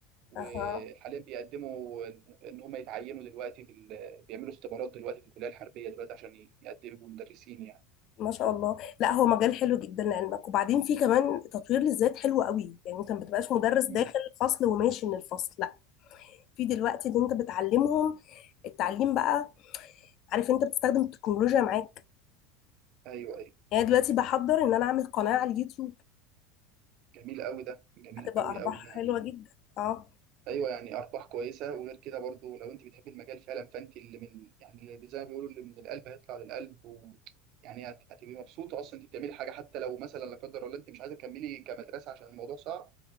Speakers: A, on the right (about 50°); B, on the left (about 50°).
A: وحاليا
B: اها
A: بيقدموا ان إن هم يتعينوا دلوقتي في ال- بيعملوا اختبارات دلوقتي في الكليه الحربيه دلوقتي عشان ي- يقدموا مدرسين يعني
B: ما شاء الله لا هو مجال حلو جدا لعلمك وبعدين في كمان تطوير للذات حلو قوي يعني انت ما بتبقاش مدرس داخل
A: مم.
B: الفصل وماشي من الفصل في دلوقتي اللي انت بتعلمهم التعليم بقى عارف انت بتستخدم التكنولوجيا معاك
A: ايوه ايوه
B: يعني دلوقتي بحضر ان انا اعمل قناة على اليوتيوب
A: جميل قوي ده جميل
B: هتبقى
A: قوي
B: ارباحها
A: قوي يعني
B: حلوة جدا اه
A: ايوه يعني ارباح كويسه وغير كده برضو لو انت بتحب المجال فعلا فانت اللي من يعني اللي زي ما بيقولوا اللي من القلب هيطلع للقلب و يعني هت- هتبقي مبسوطه اصلا انت بتعملي حاجه حتى لو مثلا لا قدر الله انت مش عايزه تكملي كمدرسه عشان الموضوع صعب